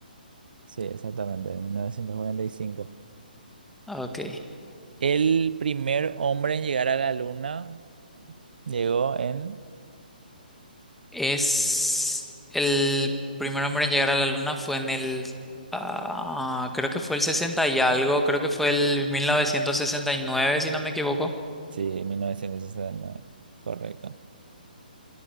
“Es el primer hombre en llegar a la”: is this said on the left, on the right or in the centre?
Centre